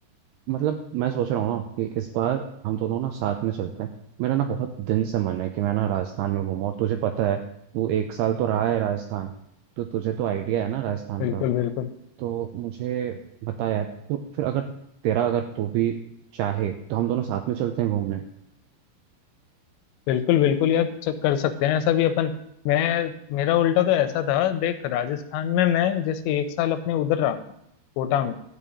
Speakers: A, on the right; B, on the left.
A: मतलब मैं सोच रहा हूँ ना कि इस बार हम दोनों ना साथ में चलते हैं मेरा ना बहुत दिन से मन है कि मैं ना राजस्थान में घूमूं और तुझे पता है वो एक साल तो रहा है राजस्थान तो तुझे तो आइडिया है ना राजस्थान
B: बिल्कुल
A: का
B: बिल्कुल
A: तो मुझे बता यार तो फिर अगर तेरा अगर तू भी चाहे तो हम दोनों साथ में चलते हैं घूमने
B: बिल्कुल बिल्कुल यार च- कर सकते हैं ऐसा भी अपन मैं मेरा उल्टा तो ऐसा था देख राजस्थान में मैं जैसे एक साल अपने उधर रहा था कोटा में